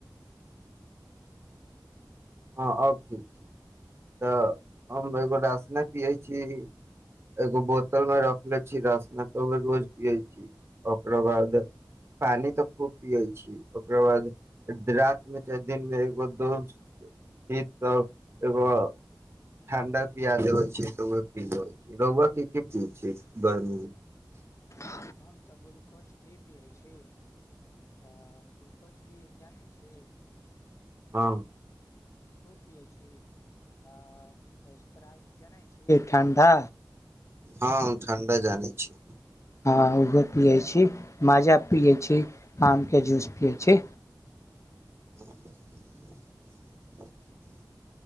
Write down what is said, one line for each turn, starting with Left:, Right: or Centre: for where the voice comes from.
Right: <unintelligible> <unintelligible> <unintelligible>
Left: <unintelligible> <unintelligible> छी
Right: हँ
Left: ठण्डा
Right: हँ ठण्डा जानै छी
Left: हँ ओहो पियै छी माजा पियै छी आमके जूस पियै छी
Right: <unintelligible>